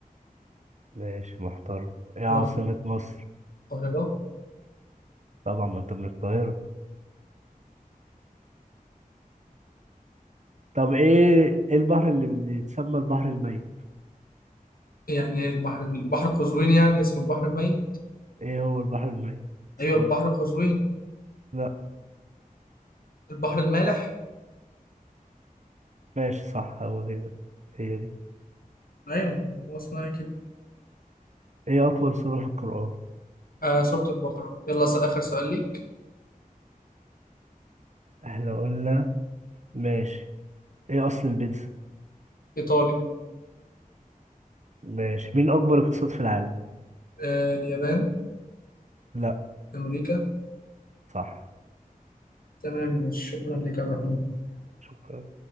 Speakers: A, on the right (about 50°); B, on the left (about 75°).
A: ماشي محترم ايه عاصمة
B: لو في
A: مصر
B: القاهرة
A: طبعا ما انت من القاهرة طب ايه ايه البحر اللي بيتسمى البحر الميت
B: يعني ايه البحر البحر قزوين يعني اسمه البحر الميت
A: ايه هو البحر الميت اسمه
B: ايوه البحر
A: ايه
B: قزوين
A: لا
B: البحر المالح
A: ماشي صح هو كده هي دي
B: ايوه هو اسمها كده
A: ايه اطول سورة في القرآن
B: آه سورة البقرة يلا اسأل آخر سؤال ليك
A: احنا قلنا ماشي ايه اصل البيتزا
B: إيطالي
A: ماشي مين اكبر اقتصاد في العالم
B: آه اليابان
A: لا
B: أمريكا
A: صح
B: تمام شكرا لك يا عبد الرحمن
A: شكرا